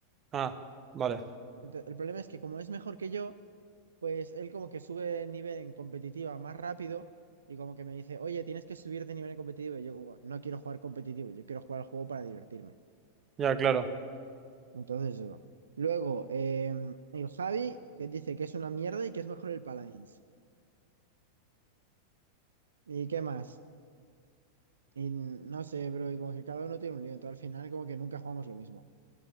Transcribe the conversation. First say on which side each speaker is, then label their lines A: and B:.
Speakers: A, on the right; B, on the right.
A: Ah, vale.
B: Ento- el problema es que como es mejor que yo, pues él como que sube de nivel en competitiva más rápido y como que me dice, oye, tienes que subir de nivel en competitivo. Y yo como, no quiero jugar competitivo, yo quiero jugar al juego para divertirme.
A: Ya, claro.
B: Entonces eso. Luego, eh, el Javi que dice que es una mierda y que es mejor el Paladins. ¿Y qué más? Y no sé, bro, y como que cada uno tiene un lío, todo al final como que nunca jugamos lo mismo.